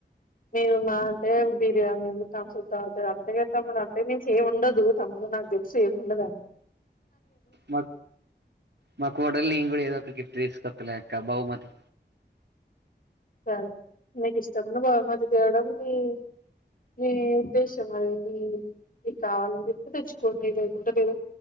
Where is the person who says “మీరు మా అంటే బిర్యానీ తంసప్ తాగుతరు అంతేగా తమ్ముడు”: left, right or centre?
Left